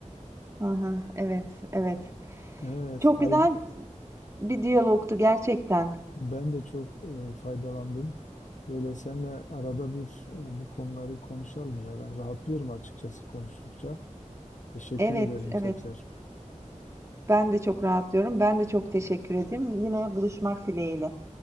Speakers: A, on the right; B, on the left.
A: Hı hı, evet, evet.
B: Evet,
A: Çok
B: fay-
A: güzel bir diyalogtu gerçekten.
B: Ben de çok e, faydalandım. Böyle seninle arada bir e, bu konuları konuşalım ya. Ben rahatlıyorum açıkçası konuştukça. Teşekkür
A: Evet,
B: ederim
A: evet.
B: tekrar.
A: Ben de çok rahatlıyorum. Ben de çok teşekkür ederim. Yine buluşmak dileğiyle.